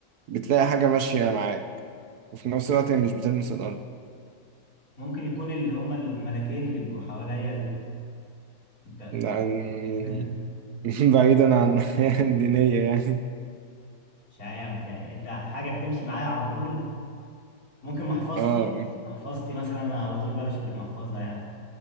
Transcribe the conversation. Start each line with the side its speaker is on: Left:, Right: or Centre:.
Right: بتلاقي حاجة ماشية معاك وفي نفس الوقت هي مش بتلمس الارض
Left: ممكن يكون اللي هما الملاكين اللي بيبقوا حواليا ال... انت
Right: ده يعني
Left: <laughs>
Right: <laughs> بعيدا عن الحياة الدينية يعني
Left: مش عارف يعني انت حاجة بتمشي معايا على طول ممكن محفظتي
Right: اه
Left: محفظتي مثلا انا على طول بمشي بالمحفظة يعني